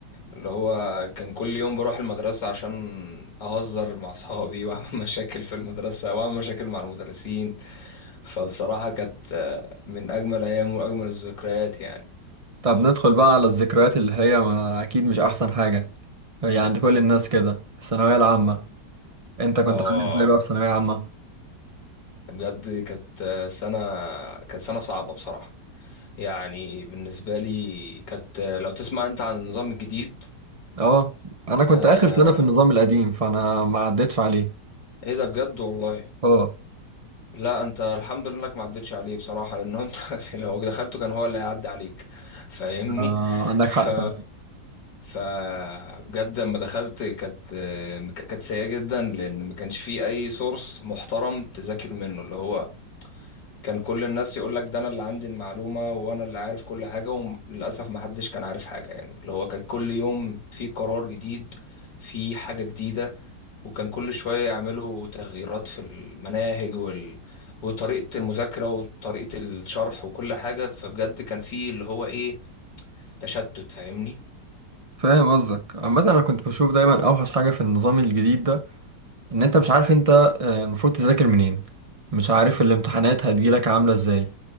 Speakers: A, on the left; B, on the right.
A: اللي هو كان كل يوم بروح المدرسة عشان أهزر مع أصحابي وأعمل <laughs> مشاكل في المدرسة وأعمل مشاكل مع المدرسين فبصراحة كانت آه، من أجمل أيام وأجمل الذكريات يعني
B: طب ندخل بقى على الذكريات اللي هي ما أكيد مش أحسن حاجة هي عند كل الناس كده الثانوية العامة أنت كنت
A: آه
B: عامل إزاي بقى في ثانوية عامة؟
A: بجد كانت آه، سنة كانت سنة صعبة بصراحة يعني بالنسبة لي كانت آه، لو تسمع انت عن النظام الجديد
B: أه أنا
A: آه
B: كنت آخر سنة في النظام القديم فأنا ما عدتش عليه
A: ايه ده بجد والله
B: أه
A: لا انت الحمد لله انك ما عدتش عليه بصراحة لان انت <laughs> لو دخلته كان هو اللي هيعدي عليك فاهمني
B: آه، عندك
A: ف
B: حق فعلا
A: ف بجد لما دخلت كانت آه، كانت سيئة جدا لان ما كانش فيه اي سورس محترم تذاكر منه اللي هو كان كل الناس يقول لك ده انا اللي عندي المعلومة وانا اللي عارف كل حاجة وللاسف ما حدش كان عارف حاجة يعني اللي هو كان كل يوم في قرار جديد في حاجة جديدة وكان كل شوية يعملوا تغييرات في المناهج وال... وطريقة المذاكرة وطريقة الشرح وكل حاجة فبجد كان في اللي هو ايه تشتت فاهمني
B: فاهم قصدك عامة أنا كنت بشوف دايما أوحش حاجة في النظام الجديد ده إن أنت مش عارف أنت آه، المفروض تذاكر منين مش عارف الامتحانات هتجيلك عاملة إزاي